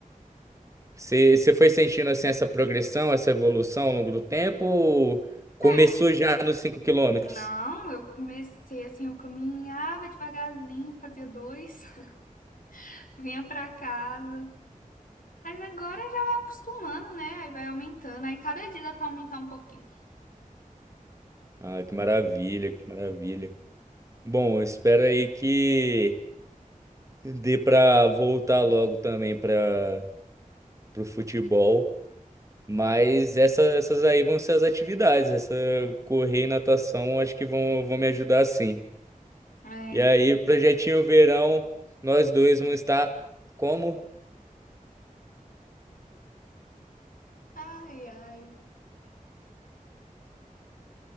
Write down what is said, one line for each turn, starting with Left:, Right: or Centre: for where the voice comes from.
Right: Você você foi sentindo assim essa progressão, essa evolução ao longo do tempo? Ou começou
Left: É.
Right: já nos cinco quilômetros?
Left: Não, eu comecei assim, eu caminhava devagarzinho, fazia dois, <laughs> vinha pra casa. Mas agora já vai acostumando, né? Aí vai aumentando, aí cada dia dá pra aumentar um pouquinho.
Right: Ah, que maravilha, que maravilha. Bom, eu espero aí que dê para voltar logo também para o futebol. Mas essa- essas aí vão ser as atividades. Essa correr e natação acho que vão, vão me ajudar sim.
Left: É.
Right: E aí, projetinho verão, nós dois vamos estar como?
Left: Ai, ai.